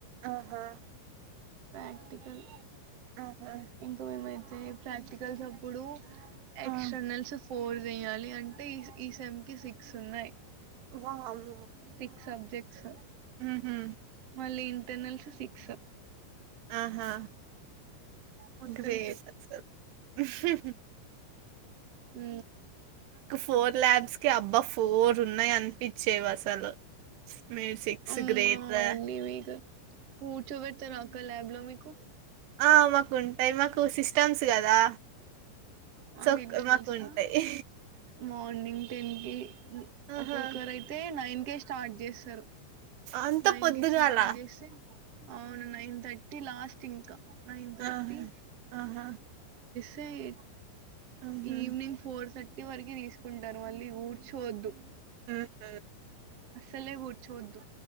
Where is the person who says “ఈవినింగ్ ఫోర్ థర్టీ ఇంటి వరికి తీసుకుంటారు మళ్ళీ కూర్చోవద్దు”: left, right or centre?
Right